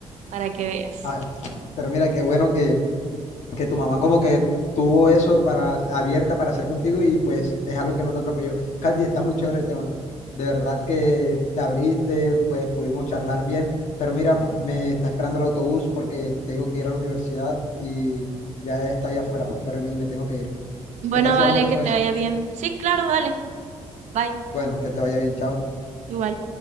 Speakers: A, on the right; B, on the left.
A: para que veas.
B: Ah, pero mira, qué bueno que, que tu mamá como que tuvo eso para abierta para hacer contigo y pues es algo que no te atropelló. Katy, está muy chévere el tema. De verdad que te abriste, pues pudimos charlar bien, pero mira, me está esperando el autobús porque tengo que ir a la universidad y ya está ahí afuera, pero me, me tengo que ir.
A: Bueno,
B: ¿Qué tal
A: vale,
B: si hablamos después?
A: que te vaya bien. Sí, claro, dale, bye,
B: Bueno, que te vaya bien, chao.
A: igual.